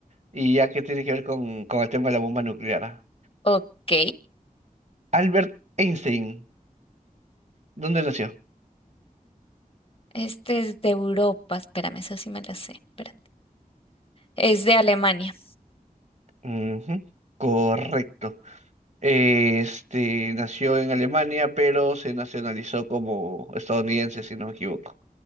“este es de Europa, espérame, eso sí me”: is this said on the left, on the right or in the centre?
Left